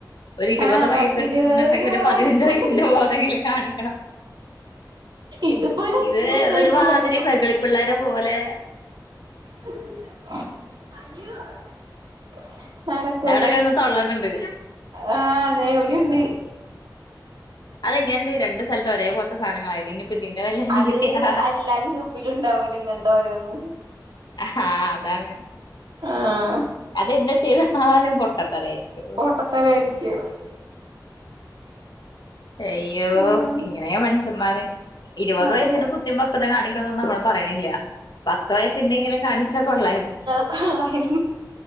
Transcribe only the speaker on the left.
ഒരു ഇരുപത്
വയസ്ന്ന്ണ്ടെങ്കില്
ഒരു പതിനഞ്ച്
വയസ്സിന്റെ ബോധെങ്കിലും കാണിക്കണം.
ഇത്
ഒരുമാതിരി
വെകളിപ്പിള്ളാരെ പോലെ
അവിടെ കിടന്ന് തൊള്ളണുണ്ട്
അതെങ്ങനെണ്ട് രണ്ട് സ്ഥലത്ത്
ഒരേ പോലത്തെ സാധനങ്ങളായത് ഇനിയിപ്പോ ഇതിന്റെ വല്ല അനിയത്തിയാ
ഹാ അതാണ്.
അതെന്ത് ചെയ്താലും പൊട്ടത്തരായിരിക്കും
അയ്യോ
ഇങ്ങനെയാ മനുഷൻമാര് ഇരുപത്
വയസ്സിന്റെ ബുദ്ധീം പക്വതേം കാണിക്കണന്നൊന്നും അമ്മള് പറയണില്ല്യ പത്ത് വയസിൻ്റെ എങ്കിലും കാണിച്ചാ കൊള്ളായിരുന്നു